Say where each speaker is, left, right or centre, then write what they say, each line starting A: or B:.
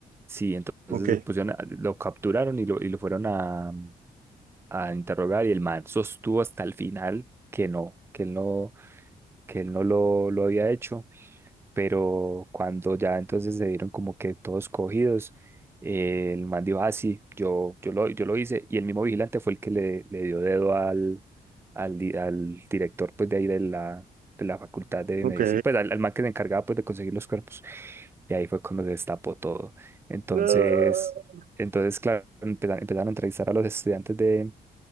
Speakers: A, on the right (about 15°); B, on the right (about 60°).
A: sí, entonces
B: Ok,
A: se pusieron a- lo capturaron y lo, y lo fueron a, a interrogar, y el man sostuvo hasta el final que no, que él no, que él no lo, lo había hecho pero cuando ya entonces se vieron como que todos cogidos, eh, el man dijo, ah, sí, yo, yo lo, yo lo hice, y el mismo vigilante fue el que le, le dio dedo al, al, di- al director, pues, de ahí de la, de la facultad de
B: ok.
A: medicina, pues, al, al man que se encargaba, pues, de conseguir los cuerpos, y ahí fue cuando se destapó todo, entonces,
B: Ah.
A: entonces, claro, empeza- empezaron a entrevistar a los estudiantes de